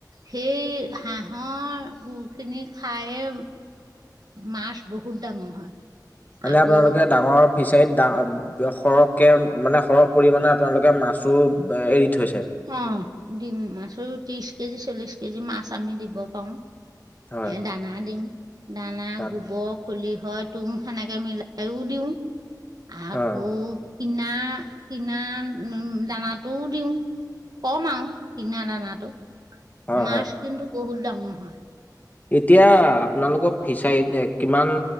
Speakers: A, on the right; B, on the left.
A: সেই হাঁহৰ গো-খিনি খাইয়ে মাছ বহুত ডাঙৰ হয়।
B: মানে,
A: আকৌ
B: আপোনালোকে ডাঙৰ ফিচাৰীত ডা সৰহকে মানে সৰহ পৰিমাণে আপোনালোকে মাছো এৰি থৈছে
A: অ, ডিম মাছে ত্ৰিছ কেজি, চল্লিশ কেজি, মাছ আমি দিব পাৰো।
B: হয়
A: এ দানা দিম দানা,
B: তাত
A: গোবৰ। খুলি হয় তোম, সেনেকে মিলাইও দিওঁ। আকৌ
B: হয়
A: কিনা-কিনা উম, দানাটোও দিওঁ। কম আৰু কিনা দানাটো।
B: হয়
A: মাছ
B: হয়
A: কিন্তু বহুত ডাঙৰ হয়।
B: এতিয়া, আপোনালোকৰ ফিচাৰীত কিমান